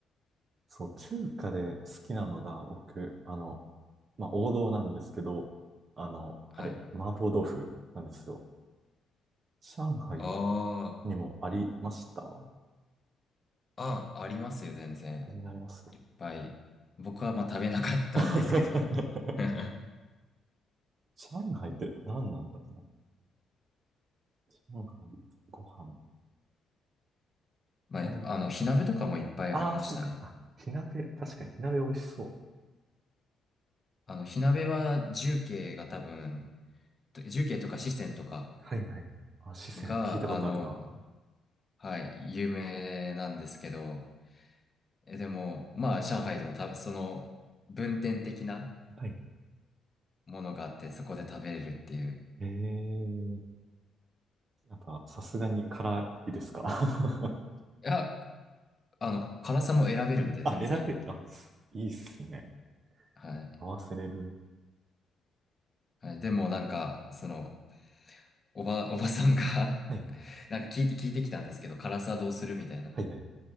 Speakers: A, on the right; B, on the left.
A: そう、中華で好きなのが、僕、あの、まあ、王道なんですけど、あの、
B: はい。
A: あれ、麻婆豆腐なんですよ。上海
B: あ
A: にもありました
B: あ、あ、ありますよ、全然。
A: になります
B: いっぱい。僕はまあ食べなかったんですけど。
A: <laughs>
B: <laughs>
A: 上海って何なんだろうな。上海、ご飯、
B: まあ、
A: あん、
B: あの、火鍋とかもいっぱいありましたね。
A: ああ、そうか。あ、火鍋、確かに火鍋美味しそ
B: あの、火鍋は重慶が多分、重慶とか四川とか、
A: う。はいはいはい。あ、四川、
B: が、
A: 聞いたことあるな。
B: あの、はい、有名なんですけど、え、でも、まあ、上海でもた、その、分店的な
A: はい。
B: ものがあって、そこで食べれるっていう。
A: えー、やっぱさすがに辛いですか <laughs>
B: いや、あの、辛さも選べるんで、
A: あ、
B: 全然。
A: 選べ、あ、いいっすね。
B: はい。
A: 合わせれる。
B: はい、でも、なんか、その、おば、おばさんが
A: はい。
B: <laughs> なんか聞いて、聞いてきたんですけど、辛さどうするみたいな。
A: はいはい。